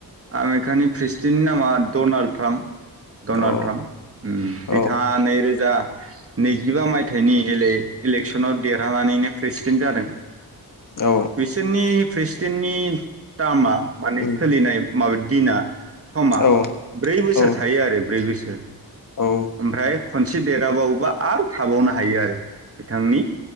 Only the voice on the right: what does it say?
आमेरकानि प्रेसिडेन्टनि नामा डनाल्ड ट्राम्प। डनाल्ड
ट्राम्प उम
बिथाङा नैरोजा नैजिबा मायथाइनि इले-इलेकसनाव देरहानानैनो प्रेसिडेन्ट जादों।
बिसोरनि प्रेसिडेन्टनि टार्मा माने
सोलिनाय माबा दिना समा
ब्रै बोसोर
थायो आरो ब्रै बोसोर।
ओमफ्राय खनसे देरहाबावोबा आरो थाबावनो हायो आरो। बिथांनि